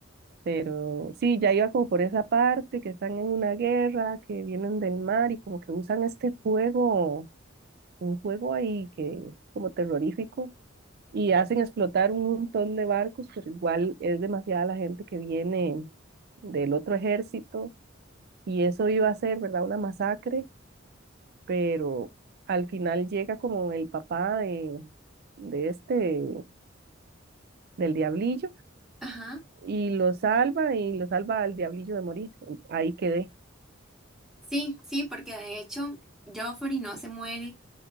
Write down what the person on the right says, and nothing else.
Pero sí, ya iba como por esa parte, que están en una guerra, que vienen del mar y como que usan este fuego, un fuego ahí que es como terrorífico y hacen explotar un montón de barcos, pero igual es demasiada la gente que viene del otro ejército y eso iba a ser, ¿verdad? Una masacre, pero al final llega como el papá de, de este, del diablillo
y lo salva y lo salva al diablillo de morir. Ahí quedé.